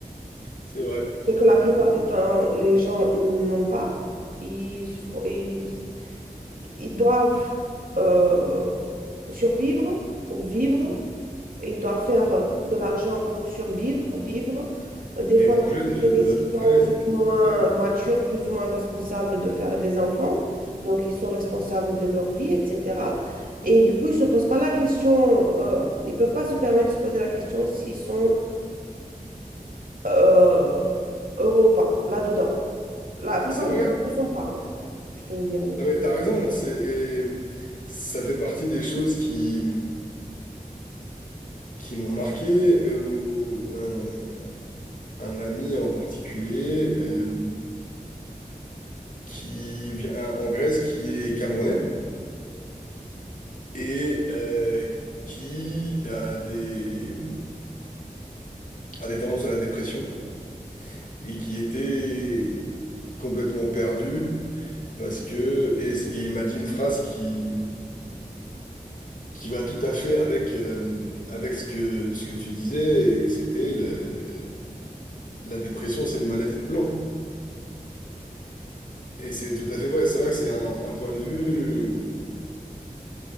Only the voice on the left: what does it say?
c'est vrai.
T'as
raison.
Et
manger
déjà
de
base.
Ah Ouais,
c'est
clair.
C'est vrai.
Ah mais t'as raison. C'est et ça fait partie des choses qui qui m'ont marqué euh, ou un, un ami en particulier euh, qui vient en Grèce, qui est camerounais et euh, qui a des a des tendances à la dépression et qui était complètement perdu parce que et c- il m'a dit une phrase qui qui va tout à fait avec euh, avec ce que ce que tu disais et c'était le- la dépression c'est une maladie de blanc et c'est tout à fait vrai c'est vrai que c'est un, un point de vue